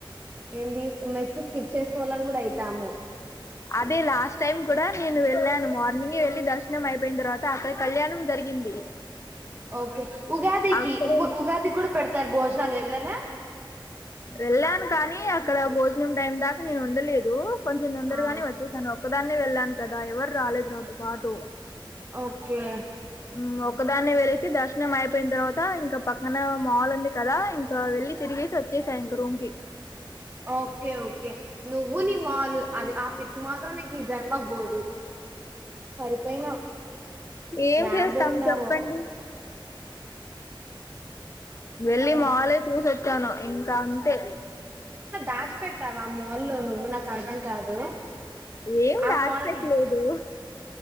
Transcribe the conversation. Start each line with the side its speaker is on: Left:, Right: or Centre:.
Right: ఏంది మెస్ స్కిప్ చేసిన వాళ్ళం కూడా అయితాము
Left: అదే లాస్ట్ టైం కూడా నేను వెళ్ళాను మార్నింగే వెళ్ళి ద నా <unintelligible> అయిపోయిన తర్వాత అక్కడ కళ్యాణం జరిగింది
Right: ఓకే ఉగాదికి
Left: అక్కడ
Right: ఉ ఉగాదికి కూడా పెడతారు భోజనాలు వెళ్ళాలా
Left: వెళ్ళాను కానీ అక్కడ భోజనం టైం దాకా నేను ఉండలేదు కొంచెం తొందరగానే
Right: ఆ
Left: వచ్చేసాను ఒక్క దాన్నే వెళ్ళాను కదా ఎవరు రాలేదు నాతో పాటు
Right: ఓకే
Left: ఉ ఒక్కదాన్నే వెల్లేసి దర్శనం అయిపోయిన తర్వాత ఇంకా పక్కన మాల్ ఉంది కదా ఇంకా వెళ్ళి తిరిగేసి వచ్చేస ఇంక రూంకి
Right: ఓకే ఓకే నువ్వు నీ మాలు అది ఆ పిచ్చి మాత్రం నీకు ఈ జన్మకు పోదు సరిపోయినవ్
Left: ఏం
Right: ఏడ
Left: చేస్తాం
Right: దొరికినావో
Left: చెప్పండి వెళ్ళి
Right: ఆ,
Left: మాలే చూసొచ్చి ఇంకా అంతే
Right: కాచ పెట్టావా మాల్లో నువ్వు నాకు అర్ధం కాదు
Left: ఏం
Right: ఆ
Left: దాచిపెట్లేదు
Right: మాల్కి